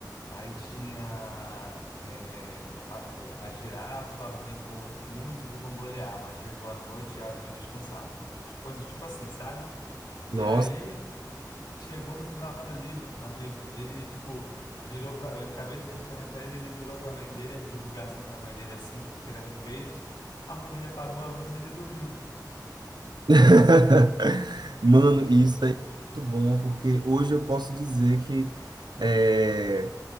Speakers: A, on the left; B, on the right.
A: Aí tinha é, a, é, a girafa brincou muito de bambolear, mas chegou a noite e a hora de descansar. Coisas tipo assim, sabe? E
B: nossa,
A: aí chegou no final do livro, amigo, ele tipo virou para, eu acabei de dar a historinha para ele, ele virou para a mãe dele, ergueu os bracinhos para a mãe dele assim, tipo querendo peito. A mãe dele apagou a luz e ele dormiu.
B: <laughs> mano, isso aí é muito bom, porque hoje eu posso dizer que é,